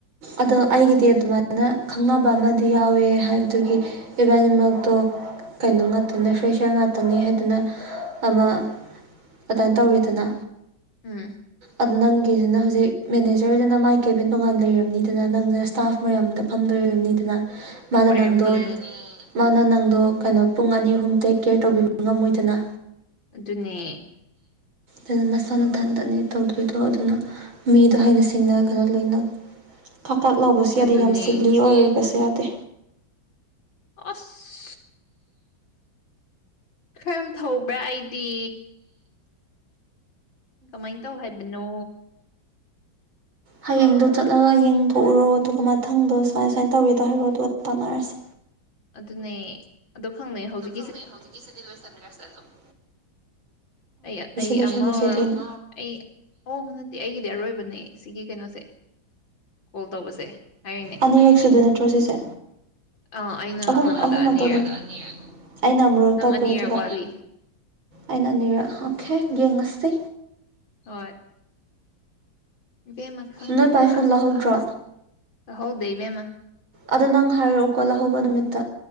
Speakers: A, on the right (about 80°); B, on the left (about 70°).
A: ꯑꯗꯣ ꯑꯩꯒꯤꯗꯤ ꯑꯗꯨꯃꯥꯏꯅ ꯈꯪꯅꯕ ꯑꯃꯗꯤ ꯌꯥꯎꯋꯦ ꯍꯥꯏꯕꯗꯨꯒꯤ ꯏꯕꯥꯅꯤꯃꯛꯇꯣ ꯀꯩꯅꯣ ꯉꯥꯛꯇꯅꯦ ꯐꯔꯦꯁꯔ ꯉꯥꯛꯇꯅꯦ ꯍꯥꯏꯗꯅ ꯑꯃ ꯑꯗꯥꯏ ꯇꯧꯔꯦꯗꯅ
B: ꯎꯝ
A: ꯑꯗꯣ ꯅꯪꯒꯤꯗꯨꯅ ꯍꯧꯖꯤꯛ ꯃꯦꯅꯦꯖꯔꯗꯨꯅ ꯃꯥꯏ ꯀꯦꯚꯟ ꯇꯣꯉꯥꯟ ꯂꯩꯔꯝꯅꯤꯗꯅ ꯅꯪꯅ ꯏꯁꯇꯥꯐ ꯃꯌꯥꯝꯗ ꯐꯝꯗꯣꯏꯑꯣꯏꯔꯝꯅꯤꯗꯅ ꯃꯥꯅ
B: ꯑꯣꯏꯔꯝꯅꯤ
A: ꯅꯪꯗꯣ ꯃꯥꯅ ꯅꯪꯗꯣ ꯀꯩꯅꯣ ꯄꯨꯡ ꯑꯅꯤ ꯑꯍꯨꯝ ꯇꯦꯛ ꯀꯦꯌꯔ ꯇꯧꯕꯤꯕ ꯉꯝꯃꯣꯏꯗꯅ
B: ꯑꯗꯨꯅꯦ
A: ꯑꯗꯨꯅꯦ ꯅꯁꯥ ꯅꯥꯊꯟꯗꯅꯦ ꯇꯧꯗꯣꯏꯗꯣ ꯑꯗꯨꯅ ꯃꯤꯗꯣ ꯍꯩꯅ ꯁꯤꯡꯅ ꯑꯗꯨꯂꯩꯅꯧ ꯐꯥꯛ ꯐꯥꯛꯛ ꯂꯥꯎꯕꯁꯨ ꯌꯥꯗꯦ
B: ꯑꯗꯨꯅꯦ
A: ꯌꯥꯝ ꯁꯤꯜꯂꯤ ꯑꯣꯏꯕꯁꯨ ꯌꯥꯗꯦ
B: ꯑꯁ ꯀꯔꯝ ꯇꯧꯕ꯭ꯔꯥ ꯑꯩꯗꯤ ꯀꯃꯥꯏ ꯇꯧ ꯍꯥꯏꯕꯅꯣ
A: ꯍꯌꯦꯡꯗꯣ ꯆꯠꯂꯒ ꯌꯦꯡꯊꯣꯛꯎꯔꯣ ꯑꯗꯨꯒ ꯃꯊꯪꯗꯣ ꯁꯨꯃꯥꯏ ꯁꯨꯃꯥꯏꯅ ꯇꯧꯋꯦꯗꯣ ꯍꯥꯏꯔꯣ ꯑꯗꯨꯒ ꯇꯥꯟꯅꯔꯁꯤ
B: ꯑꯗꯨꯅꯦ ꯑꯗꯣ ꯈꯪꯅꯩ ꯍꯧꯖꯤꯛ
A: ꯈꯪꯅꯩ ꯍꯧꯖꯤꯛꯀꯤꯁꯤꯗꯤ ꯂꯣꯏꯁꯟꯈ꯭ꯔꯁꯦ ꯑꯗꯨꯝ
B: ꯑꯩ ꯑꯩ
A: ꯂꯣꯏꯁꯟꯈ꯭ꯔꯁꯦ
B: ꯑꯃ ꯑꯣꯏꯔꯕ
A: ꯑꯗꯨꯒꯤꯅ
B: ꯑꯩ ꯑꯣ ꯍꯟꯗꯛꯇꯤ ꯑꯩꯒꯤꯗꯤ ꯑꯔꯣꯏꯕꯅꯦ ꯁꯤꯒꯤ ꯀꯩꯅꯣꯁꯦ ꯀꯣꯜ ꯇꯧꯕꯁꯦ ꯍꯥꯏꯔꯤꯅꯦ
A: ꯑꯅꯤꯔꯛ ꯁꯨꯗꯣꯏ ꯅꯠꯇ꯭ꯔꯣ ꯁꯤꯁꯦ
B: ꯑꯥ ꯑꯩ ꯅꯪ
A: ꯑꯍꯨꯝ
B: ꯅꯪꯉꯣꯟꯗ
A: ꯑꯍꯨꯝ <unintelligible>
B: ꯑꯅꯤꯔꯛ
A: ꯑꯩꯅ ꯑꯃꯨꯔꯛ
B: ꯅꯪ
A: ꯇꯧꯈ꯭ꯔꯦ
B: ꯑꯅꯤꯔꯛ
A: ꯑꯗꯨꯒ
B: ꯋꯥꯠꯂꯤ
A: ꯑꯩꯅ ꯑꯅꯤꯔꯛ ꯑꯣꯀꯦ ꯌꯦꯡꯉꯁꯦ
B: ꯍꯣꯏ ꯏꯕꯦꯝꯃ ꯈꯪꯗꯦꯗ
A: ꯅꯣꯏ ꯄꯥꯏꯐꯣꯟ
B: ꯑꯁ
A: ꯂꯧꯍꯧꯗ꯭ꯔꯣ
B: ꯇꯧꯍꯧꯗꯦ ꯏꯕꯦꯝꯃ
A: ꯑꯗꯣ ꯅꯪ ꯍꯥꯏꯔꯛꯑꯣꯀꯣ ꯂꯧꯍꯧꯕ ꯅꯨꯃꯤꯠꯇ